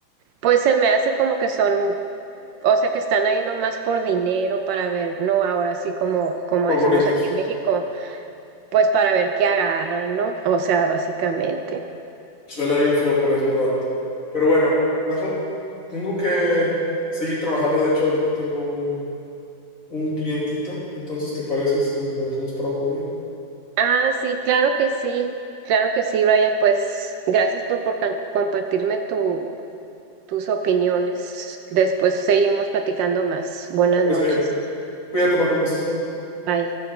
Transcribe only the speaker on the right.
pues se me hace como que son, o sea, que están ahí nomás por dinero para ver, ¿no? Ahora sí, como, como
decimos
aquí en México, pues para ver qué agarran, ¿no? O sea, básicamente.
Ah, sí, claro que sí, claro que sí, Brian, pues gracias por, por can- compartirme tu, tus opiniones. Después seguimos platicando más. Buenas
noches.
bye